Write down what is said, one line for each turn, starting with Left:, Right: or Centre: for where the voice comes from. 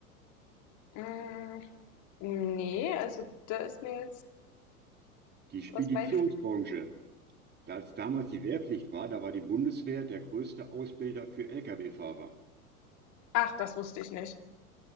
Left: mh, nee, also da ist mir jetzt,
Right: Die Speditionsbranche.
Left: was meinst du?
Right: Da es damals die Wehrpflicht war, da war die Bundeswehr der größte Ausbilder für Lkw-Fahrer.
Left: Ach, das wusste ich nicht.